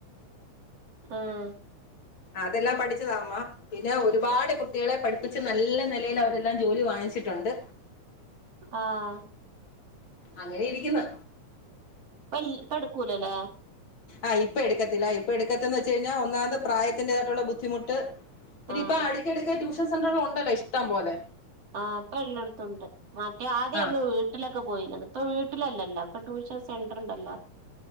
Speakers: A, on the right; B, on the left.
A: ഉം
B: അതെല്ലാം പഠിച്ചതാ അമ്മ പിന്നെ ഒരുപാട് കുട്ടികളെ പഠിപ്പിച്ച് നല്ല നിലയിൽ അവരെല്ലാം ജോലി വാങ്ങിച്ചിട്ടുണ്ട്
A: ആഹ്
B: അങ്ങനെ ഇരിക്കുന്ന്
A: പ്പൊ ഇട്ക്കൂലല്ല
B: ആഹ് ഇപ്പോ എക്കത്തില്ല ഇപ്പൊ എടുക്കത്തന്ന് വെച്ച് കഴിഞ്ഞാൽ ഒന്നാമത് പ്രായത്തിന്റതായിട്ടുള്ള ബുദ്ധിമുട്ട് പിന്നെ
A: ആഹ്
B: ഇപ്പൊ അടുക്കടക്ക് ട്യൂഷൻ സെന്ററുകൾ ഉണ്ടല്ലോ ഇഷ്ടം പോലെ
A: ആ അപ്പൊ എല്ലടത്തുംണ്ട് മറ്റേ ആദ്യരുന്നു
B: ആ
A: വീ വീട്ടിലൊക്കെ പോയിരുന്നത് ഇപ്പ വീട്ടിലല്ലോ ഇപ്പ ട്യൂഷൻ സെന്റർ ഉണ്ടല്ലോ